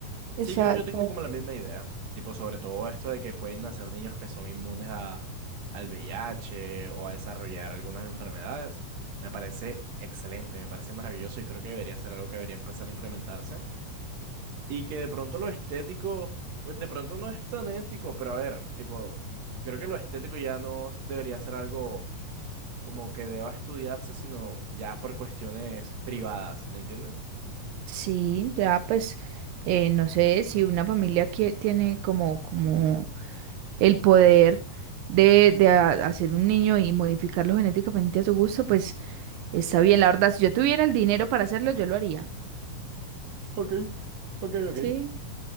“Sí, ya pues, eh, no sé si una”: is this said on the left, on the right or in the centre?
Right